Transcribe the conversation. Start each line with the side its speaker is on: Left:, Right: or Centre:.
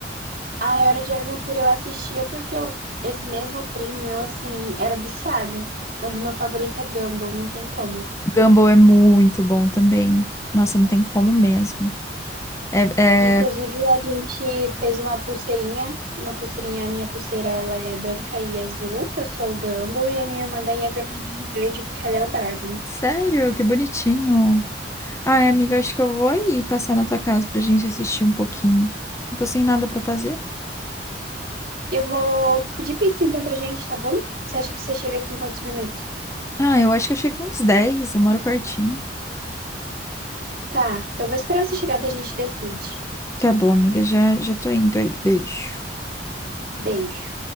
Right: Ai, Hora de Aventura eu assistia porque eu... esse mesmo primo meu, assim, era viciado. Mas o meu favorito é Gumball, não tem como.
Left: Gumball é muito bom também. Nossa, não tem como mesmo. É,
Right: Inclusive,
Left: é-
Right: a gente fez uma pulseirinha. Uma pulseirinha, a minha pulseira, ela é branca e azul, que eu sou o Gumball, e a minha irmã daí é vermelhinha e verde, porque ela é o Darwin.
Left: Sério, que bonitinho. Ai, amiga, acho que eu vou aí passar na tua casa pra gente assistir um pouquinho. Eu tô sem nada pra fazer.
Right: Eu vou pedir pizza então pra gente, tá bom? Você acha que você chega aqui em quantos minutos?
Left: Ah, eu acho que eu cheguei uns dez eu moro pertinho.
Right: Tá, então eu vou esperar você chegar, daí a gente decide.
Left: Tá bom, amiga, já, já tô indo aí. Beijo.
Right: Beijo.